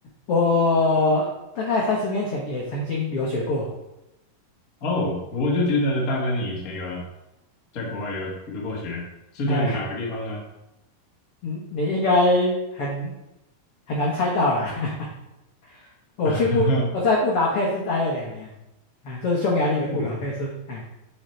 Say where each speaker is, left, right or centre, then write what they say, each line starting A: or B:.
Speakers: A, on the left; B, on the left.
A: 我大概三十年前也曾经留学过，
B: 哦，我就觉得大哥你以前有在国外留留过学，是在哪个地方呢？
A: 哎，你你应该很很难猜到啦。<laughs> 我去布，
B: <laughs>
A: 我在布达佩斯待了两年，啊，就是匈牙利的布达佩斯，
B: 不是
A: 哎，